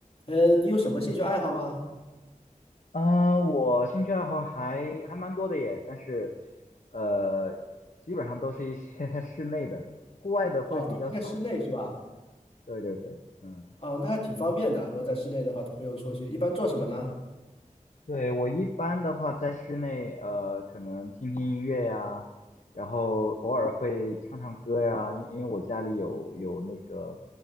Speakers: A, on the left; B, on the left.
A: 嗯，你有什么兴趣爱好吗？
B: 呃，我兴趣爱好还还蛮多的耶，但是，呃，基本上都是一些 <laughs> 室内的，户外的会比较少一些
A: 哦，都是在室内是吧？
B: 对对对，嗯，
A: 哦，那还挺方便的。如果在室内的话，都不用出去。一般做什么呢？
B: 对，我一般的话在室内，呃，可能听听音乐呀，然后偶尔会唱唱歌呀，因因为我家里有有那个，